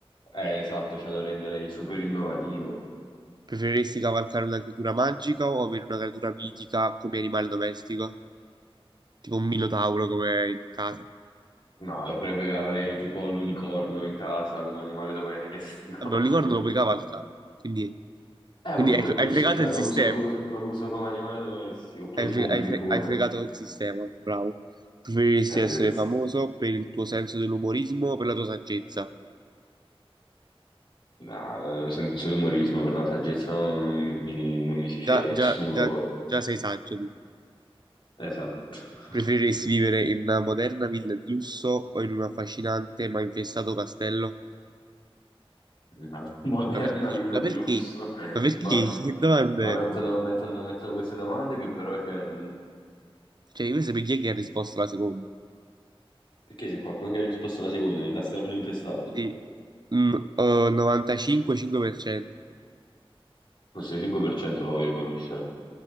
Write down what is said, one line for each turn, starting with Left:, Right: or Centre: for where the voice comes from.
Left: eh, esatto, cioè lo renderei super innovativo.
Right: Preferiresti cavalcare una creatura magica o avere una creatura mitica come animale domestico? Tipo un minotauro come in casa.
Left: No, io prefer- avrei tipo l'unicorno in casa come animale domestico.
Right: Vabbè, un unicorno
Left: <laughs>
Right: lo puoi cavalcare, quindi,
Left: Eh,
Right: quindi
Left: proprio
Right: hai,
Left: per questo,
Right: hai fregato
Left: cioè,
Right: il
Left: lo
Right: sistema.
Left: uso, lo uso- lo uso come animale domestico, oppure
Right: Hai,
Left: tipo
Right: fre-
Left: un
Right: hai
Left: grifone.
Right: fre- hai fregato il sistema, bravo. Preferiresti
Left: Eh,
Right: essere
Left: grazie.
Right: famoso per il tuo senso dell'umorismo o per la tua saggezza?
Left: No, eh, senza l'umorismo, per la saggezza non, non mi, non mi si fila
Right: Già,
Left: nessuno
Right: già, già,
Left: poi.
Right: già sei saggio tu.
Left: Esatto. <laughs>
Right: Preferiresti vivere in una moderna villa di lusso o in un affascinante ma infestato castello?
Left: Una <laughs> moderna
Right: Ma perché?
Left: villa
Right: Ma
Left: di
Right: perché?
Left: lusso,
Right: Ma perché?
Left: ma,
Right: <laughs> Che domande?
Left: ma mettono, mettono- mettono queste domande che però cioè, non-
Right: Cioè, io voglio sapere chi è che ha risposto alla seconda.
Left: perché c'è qualcuno che ha risposto alla seconda in un castello infestato?
Right: Sì. Mm, eh, 95,5%.
Left: Questo 5% lo voglio conoscere.